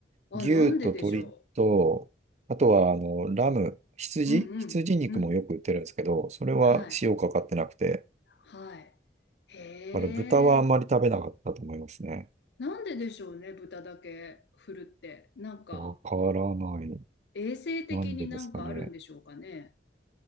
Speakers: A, on the left; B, on the right.
A: あ、
B: 牛と鶏と、
A: なんででしょ
B: あとは、あの、ラム、羊羊肉もよく売ってるんですけど、
A: う。うんうん、うん。
B: それは塩かかってなくて、
A: はい、はい。へえ、
B: だから豚はあんまり食べなかったと思いますね。
A: なんででしょうね、豚だけ振るって。なんか、
B: わからない。
A: 衛生的になんかあるんでしょうかね。
B: なんでですかね。